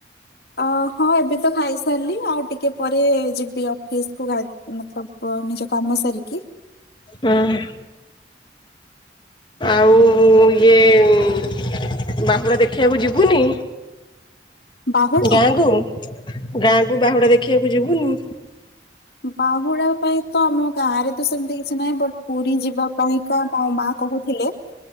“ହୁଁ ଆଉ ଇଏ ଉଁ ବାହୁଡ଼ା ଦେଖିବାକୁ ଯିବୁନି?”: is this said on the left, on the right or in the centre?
Left